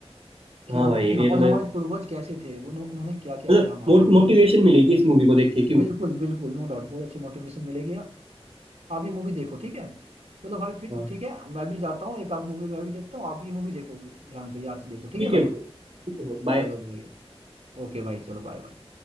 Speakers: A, on the right (about 85°); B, on the right (about 65°).
A: कि
B: हाँ
A: हम
B: भाई
A: कि
B: ये
A: और
B: तो मैं
A: हमारे पूर्वज कैसे थे उन्हों- उन्होंने क्या क्या
B: मतलब
A: किया हमारे लिए
B: मोटिवेशन मिलेगी इस मूवी को देख के क्यों
A: बिल्कुल बिल्कुल नो डाउट बहुत अच्छी मोटिवेशन मिलेगी आप ये मूवी देखो ठीक है चलो भाई फिर
B: हाँ
A: ठीक है मैं भी जाता हूँ एक आध मूवी मैं भी देखता हूँ आप ये मूवी देखो ध्यान से याद से देखो ठीक
B: ठीक
A: है
B: है
A: भाई
B: ब्रो ठीक है ब्रो बाय
A: चलो भाई ओके भाई चलो बाय बाय